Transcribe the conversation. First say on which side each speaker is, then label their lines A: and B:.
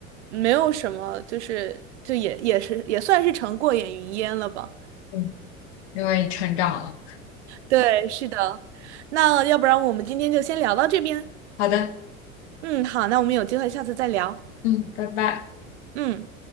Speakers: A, on the right; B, on the left.
A: 没有什么，就是就也也是也算是成过眼云烟了吧。
B: 嗯，因为你成长了。
A: 对，是的。那要不然我们今天就先聊到这边。
B: 好的，
A: 嗯，好，那我们有机会下次再聊。
B: 嗯，拜拜。
A: 嗯。